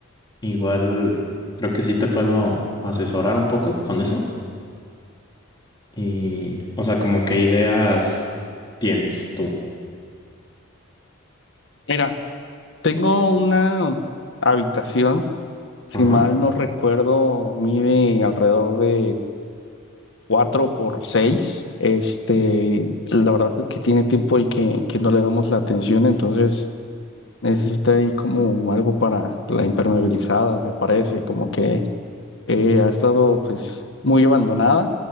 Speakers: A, on the left; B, on the left.
A: Igual creo que sí te puedo asesorar un poco con eso. Y, o sea, como qué ideas tienes tú.
B: Mira. Tengo una habitación, si
A: Ajá.
B: mal no recuerdo, mide alrededor de 4 por 6. Este, la verdad es que tiene tiempo y que, que no le damos la atención, entonces necesita ahí como algo para la impermeabilizada, me parece, como que eh, ha estado pues muy abandonada